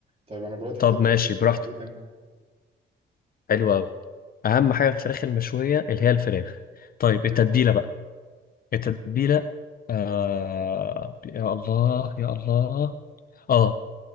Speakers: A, on the right; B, on the left.
A: طيب انا دلوقتي
B: طب
A: كتبت
B: ماشي
A: ان في فراخ
B: براحتك
A: في ايه تاني
B: حلو قوي اهم حاجة في الفراخ المشوية اللي هي الفراخ طيب
A: اوكي
B: التتبيلة بقى التتبيلة آه... يا الله يا الله اه